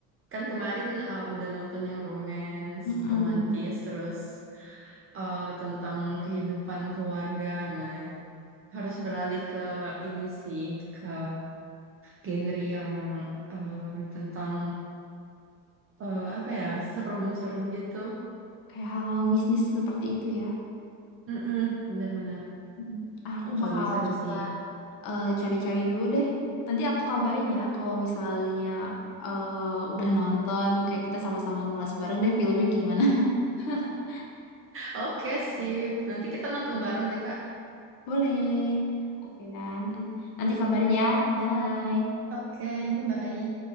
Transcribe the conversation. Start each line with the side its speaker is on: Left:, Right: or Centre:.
Right: Kan kemarin eh, udah nonton yang romance,
Left: Mm-mm.
Right: romantis, terus eh, tentang kehidupan keluarga. Nah, harus beralih ke ini sih, ke genre yang em, tentang eh, apa ya, serem-serem gitu.
Left: Kayak hal-hal bisnis seperti itu ya.
Right: Mm-mm, benar-benar.
Left: Mm. Aku
Right: Kalau
Left: bakal
Right: bisa seru
Left: coba
Right: sih.
Left: eh, cari-cari dulu deh. Nanti aku kabarin ya kalau misalnya eh, udah nonton, kayak kita sama-sama ngulas bareng deh filmnya gimana. <laughs>
Right: Oke, sip. Nanti kita nonton bareng deh, Kak.
Left: Boleh. Oke, Dan. Nanti kabarin ya. Bye.
Right: Oke, bye-bye.